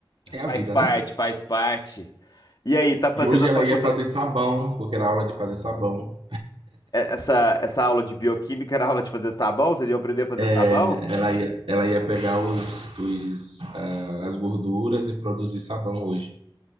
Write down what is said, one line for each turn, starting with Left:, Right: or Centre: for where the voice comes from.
Right: é a
Left: Faz
Right: vida,
Left: parte,
Right: né?
Left: faz parte. E aí, tá fazendo
Right: E hoje
Left: a
Right: ela
Left: faculdade?
Right: ia fazer sabão, porque era aula de fazer sabão.
Left: é, Essa, essa aula de bioquímica era aula de fazer sabão? Vocês iam aprender a fazer sabão?
Right: É, Ela ia, ela ia pegar os, os, ah, as gorduras e produzir sabão hoje.